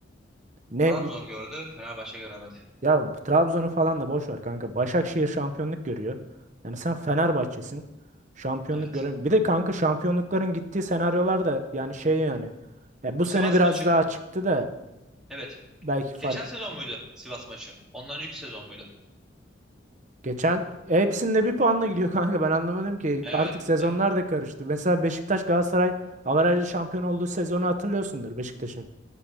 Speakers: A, on the right (about 40°); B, in the centre.
A: Ne
B: Trabzon gördü, Fenerbahçe göremedi.
A: Ya Trabzon'u falan da boş ver kanka. Başakşehir şampiyonluk görüyor. Yani sen Fenerbahçe'sin. Şampiyonluk
B: Evet.
A: görün. Bir de kanka şampiyonlukların gittiği senaryolar da yani şey yani. Ya bu
B: Sivas
A: sene biraz
B: maçı.
A: daha çıktı da
B: Evet.
A: belki
B: Geçen
A: fark
B: sezon muydu Sivas maçı? Ondan önceki sezon muydu?
A: geçen e, hepsinde bir puanla gidiyor <laughs> kanka. Ben anlamadım ki
B: Evet.
A: artık sezonlar
B: Evet.
A: da karıştı. Mesela Beşiktaş Galatasaray averajlı şampiyon olduğu sezonu hatırlıyorsundur Beşiktaş'ın.